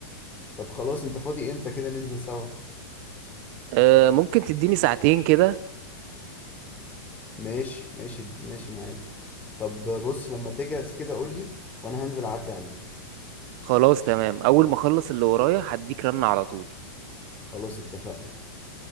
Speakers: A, on the left (about 15°); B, on the right (about 45°).
A: طب خلاص انت فاضي امتى كده ننزل سوا
B: أه ممكن تديني ساعتين كده
A: ماشي ماشي ماشي معاك طب بص لما تجهز كده قول لي وانا هنزل اعدي عليك
B: خلاص تمام اول ما اخلص اللي ورايا هديك رن على طول
A: خلاص اتفقنا